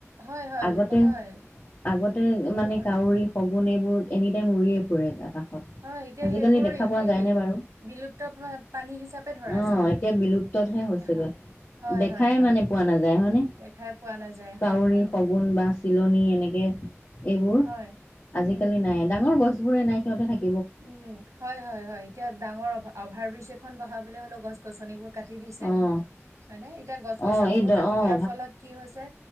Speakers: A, on the right (about 80°); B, on the left (about 50°).
A: হয় হয়
B: আগতে
A: হয়
B: আগতে
A: সেইটো
B: মানে
A: হয়
B: কাউৰী। গুণ এইবোৰ এনিটাইম উৰিয়ে ফুৰে আকাশত।
A: হয় এতিয়া
B: আজিকালি
A: সেইবোৰ
B: দেখা
A: এ-
B: পোৱা যায়নে
A: এ-
B: বাৰু?
A: বিলুপ্ত প্ৰা- প্ৰাণী হিচাপে ধৰা
B: আহ
A: যায়
B: এতিয়া বিলুপ্ততহে হৈছেগৈ।
A: হয়, হয়,
B: দেখাই
A: হয়, হয়,
B: মানে পোৱা নাযায় হয় নে?
A: দেখাই পোৱা নাযায়
B: কাউৰী
A: হয়, হয়,
B: শগুন বা চিলনী, এনেকে এইবোৰ।
A: হয়।
B: আজিকালি
A: উম,
B: নাই ডাঙৰ গছ বোৰে নাই সিহতে থাকে।
A: উম, হয় - হয় - হয়। এতিয়া ডাঙৰ অ- অভাৰ ব্ৰিজ এখন বহাবলে হ'লেও গছ-গছনিবোৰ কাটি দিছে।
B: অ'।
A: হয় নে? এতিয়া গছ-গছনিবোৰ
B: অ', এই দ
A: কাটি
B: অ',
A: দিয়াৰ ফলত কি হৈছে,